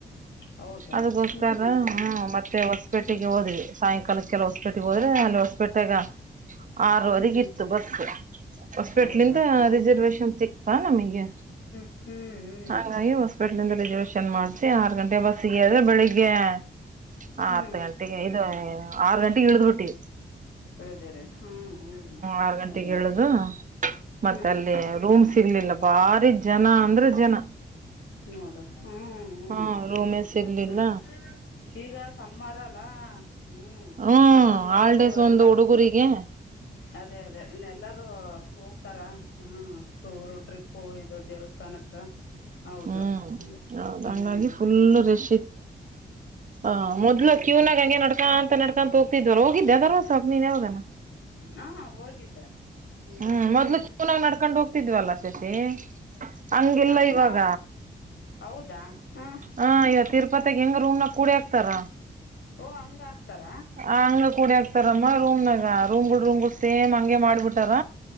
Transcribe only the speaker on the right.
ಅದಗೋಸ್ಕರ
ಮತ್ತೆ ಹೊಸಪೇಟೆಗೆ
ಹೋದ್ವಿ ಸಾಯಂಕಾಲ ಕೆಲ್ <unintelligible> ಟ್ಟಿಗೆ ಹೋದ್ರೆ ಹೊಸಪೇಟೆಗ ಆರು ವರಿಗೆ
ಇತ್ತು ಬಸ್ ಹೋಸ್ಪಿಲೆಟ್ಳಿಂದ
ರಿಸರ್ವೇಶನ್ ಸಿಕ್ ಹಾ ನಮಗೆ
ಹಾಂಗಾಗಿ ಹಾಸ್ಪಿಟ್ಲಿಂದ ರೆಜರ್ವೇೇಶನ್ ಮಾಡ್ಸ ಆರು ಗಂಟೆ ಬಸ್ಗೆಳ್ದ್ರೆ ಬೆಳಿಗ್ ಹೇ ಹ
ಹತ್ತ್ ಗಂಟೆಗೆ ಇದು ಆರ್ ಗಂಟ್ ಇಳ್ದು ಬಿಟ್ಟಿ
ಆರ್ ಗಂಟೆಗೆ
ಹೇಳುದು
ಮತ್ತ ಅಲ್ಲಿ ರೂಮ್ಸ್ ಸಿಗ್ಲಿಲ್ಲ ಭಾರಿ ಜನ ಅಂದ್ರೆ ಜನ
ಹಾ ರೂಮೇ ಸಿಗ್ಲಿಲ್ಲ
ಹ್ಮ್
ಹಾಲ್ಡೇಸ್ ಒಂದು
ಹುಡುಗುರಿಗೆ
ಹ್ಮ್
ಹೌದ
ಹಂಗಾಗಿ ಫುಲ್ ರಶ್ ಹ ಮೊದ್ಲ ಕ್ಯೂನಾಗ ನಡ್ಕಾಂತ ನಡ್ಕೊಂತ ಹೋಗ್ತಿವ ಹೋಗಿದ್ದ ಧರ್ಮಸ್ಥಳಾಕ್ ನಿನ್ ಯಾವಗಾನ
ಹ್ಮ್ ಮೊದ್ಲು ಕ್ಯೂನಾಗ್ ನಡ್ಕೊಂಡ್ ಹೋಗ್ತಿದ್ವಲ್ಲ ಸುಶಿ ಹಂಗಿಲ್ಲ
ಇವಾಗ
ಹ ಇವ ತಿರ್ ಇಪ್ಪತ್ತಾಗ ಹೆಂಗ ರೂಮ್ ನಾಗ ಕುಡಿ ಆಕ್ತಾರ
ಆ ಆಂಗ್ಲೆ ಕೂಡಿ ಆಕ್ತಾರ ರೂಮ ನ ರೂಮಗೂಲ್ ರೂಮ್ ಸೇಮ್ ಅಂಗೇ ಮಾಡ್ಬಿಟಾರ